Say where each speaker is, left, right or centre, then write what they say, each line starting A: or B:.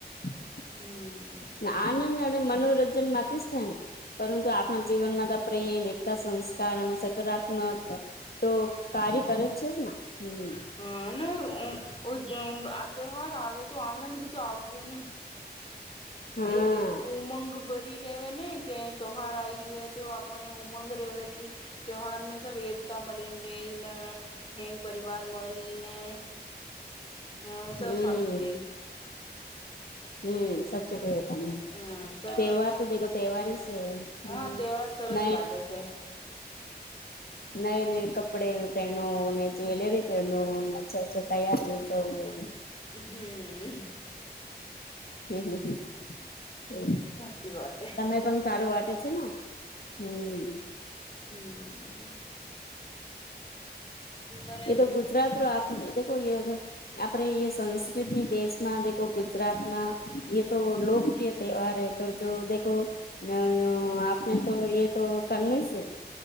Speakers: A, on the left; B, on the left.
A: <unintelligible>
B: હમ.
A: મનોરંજન માંથી જ થાય. ને પરંતુ આપણા જીવનમાં પ્રેમ, એકતા, સંસ્કાર અને સકારા ત્મક તો કાર્ય કર જ છે જ ના
B: <unintelligible>
A: હમ
B: તહેવાાર આવે તો આનંદ બી તો આવતું હોય નહી.
A: હા
B: એક ઉમંગ ભરી રેવે ને કે તોહાર આઈ જોએ તો આપણે ઉમંગ રહેવે કે તયોહાર મે સબ એકતા મલિન રેન હેંગ પરિવાર મલિને હે
A: <inaudible>
B: હમ સબ
A: હમ
B: સાચુંએ.
A: હમ સચો કહે તને.
B: હા સબ
A: તહેવાર તો દેખો તહેવાર છે. હમ
B: હા તહેવાર સરસ
A: ન
B: લાગે છે
A: નહી નહી. કપડે પહે ને, જ્વેલરી પહે ને, તૈયારી જવું.
B: હમ!.
A: હમ.
B: સાચી વાત હે
A: તમે પણ સારું વાટે. છે હમ.
B: હમ! બરે
A: એ તો ગુજરાત ર આપ દેખ એ. આપડે એ સંસ્કૃતિ દેશમાં દ ગુજરાતમાં એ તો લોકપ્રિય ત્યોહાર. તો જો દેખો અ આપને તો એ તો કરનોે સે.